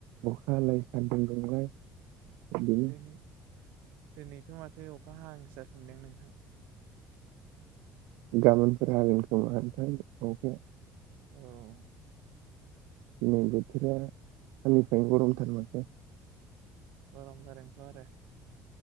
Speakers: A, on the right (about 80°); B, on the right (about 65°).
A: अखा हालाइ सान्दुं दुंलाय बिदिनो
B: दिनै दिनैथ' माथो अखा हां जाफिनदों नोंथां
A: गाबोनफोरा हागोन खोमा आथ अखाया
B: औ
A: नै बोथोरा आंनिफ्रायनो गरमथार माथो।
B: गरम जादोंथ' आरो।